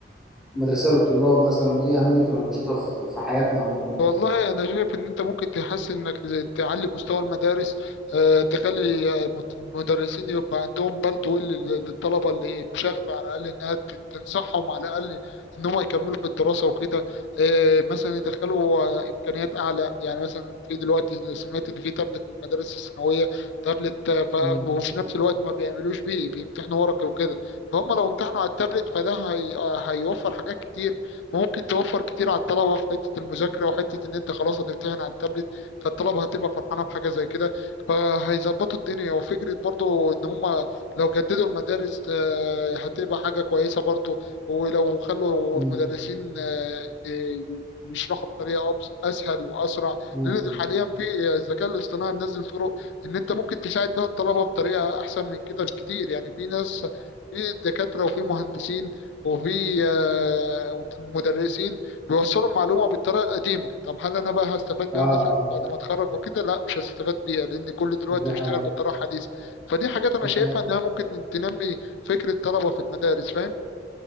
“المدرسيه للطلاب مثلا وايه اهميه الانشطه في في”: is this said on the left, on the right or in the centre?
Centre